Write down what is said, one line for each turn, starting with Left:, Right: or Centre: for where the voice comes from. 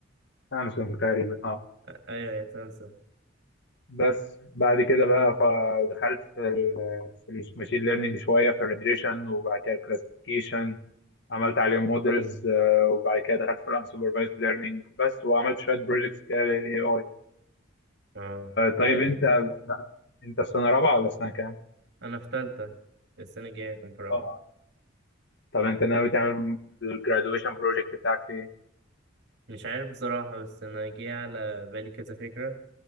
Left: سامسونج تقريبا اه
Right: أ- ايوه يا سامسونج
Left: بس بعد كده بقى فدخلت في ال في الماشين ليرنينج شويه في الريجريشن وبعد كده الكلاسيفيكيشن عملت عليهم مودلز وبعد كده دخلت في الانسوبرفايزد ليرنينج بس وعملت شويه بروجكتس كده للاي اي
Right: اه جامد
Left: طيب انت انت في سنه رابعه ولا في سنه كام؟
Right: انا في تالتة السنه الجايه هكون في رابعه
Left: اه طب انت ناوي تعمل الجرادويشن بروجكت بتاعك في ايه؟
Right: مش عارف بصراحة بس أنا جه على بالي كذا فكرة